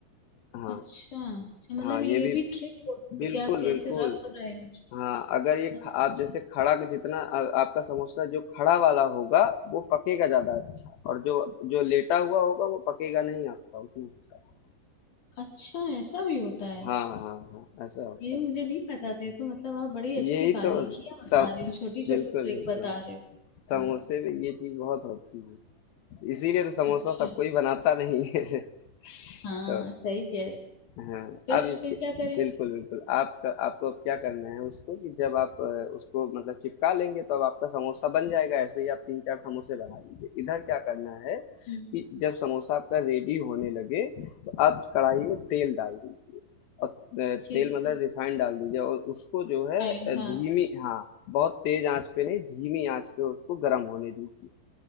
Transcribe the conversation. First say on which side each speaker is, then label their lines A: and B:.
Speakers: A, on the left (about 75°); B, on the left (about 55°).
A: हाँ,
B: अच्छा अच्छा मतलब
A: हाँ,
B: ये
A: ये भी
B: भी ट्रिक होती
A: बिल्कुल,
B: है कि आप कैसे
A: बिल्कुल।
B: रख रहे हो
A: हाँ, अगर ये
B: अच्छा
A: ख- आप जैसे खड़ा के जितना आ, आपका समोसा जो खड़ा वाला होगा वो पकेगा ज्यादा अच्छा और जो जो लेटा हुआ होगा वो पकेगा नहीं आपका उतना अच्छा
B: अच्छा, ऐसा भी होता है
A: हाँ हाँ हाँ ऐसा होता
B: ये
A: है
B: मुझे नहीं पता था ये तो मतलब आप बड़ी अच्छी
A: यही
B: बारीकियां
A: तो सब
B: बता रहे हो छोटी छोटी
A: बिल्कुल
B: ट्रिक
A: बिल्कुल
B: बता रहे हो
A: समोसे
B: हम्म,
A: में ये चीज बहुत होती है इसीलिए तो समोसा
B: अच्छा
A: सबको ही बनाता नहीं है <laughs>
B: हाँ
A: तो
B: सही कह रहे हो
A: हाँ,
B: फिर
A: अब इसके
B: फिर क्या करेंगे
A: बिल्कुल, बिल्कुल। आपका आपको अब क्या करना है उसको कि जब आप अ, उसको मतलब चिपका लेंगे तो अब आपका समोसा बन जाएगा, ऐसे ही आप 3-4 समोसे बना लीजिए। इधर क्या करना है
B: हम्म,
A: कि जब समोसा आपका रेडी होने लगे, तो आप कढ़ाई में तेल डाल दीजिए और अ,
B: ठीक
A: तेल मतलब
B: है
A: रिफाइंड डाल दीजिए और उसको जो है
B: फाइंड
A: अ,
B: हाँ
A: धीमी हाँ, बहुत तेज़ आँच पे नहीं, धीमी आँच पे उसको गरम होने दीजिए।